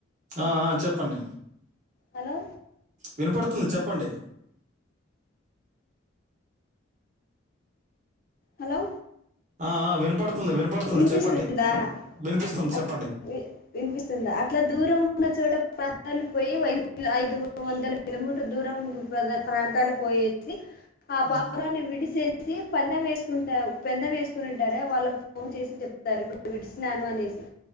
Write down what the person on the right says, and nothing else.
ఆ ఆ చెప్పండి
వినపడుతుంది చెప్పండి
ఆ ఆ వినపడుతుంది వినిపడుతుంది
చెప్పండి వినిపిస్తుంది
చెప్పండి
హ్మ్.